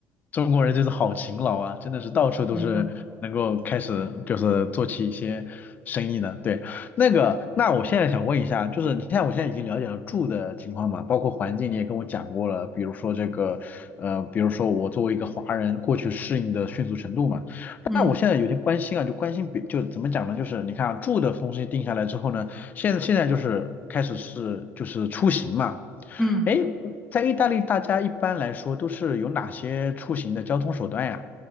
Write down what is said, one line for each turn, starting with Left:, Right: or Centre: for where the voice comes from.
Left: 中国人就是好勤劳啊，真的是到处都是能够开始就是做起一些生意的。
Centre: 是的，
Left: 对，那个，那我现在想问一下，就是你看我现在已经了解了住的情况嘛，包括环境你也跟我讲过了，比如说这个，呃，比如说我作为一个华人过去适应的迅速程度嘛。
Centre: 嗯
Left: 那我现在有点关心啊，就关心别就怎么讲呢？就是你看啊住的东西定下来之后呢，现现在就是开始是就是出行嘛。
Centre: 嗯。
Left: 哎，在意大利，大家一般来说都是有哪些出行的交通手段呀？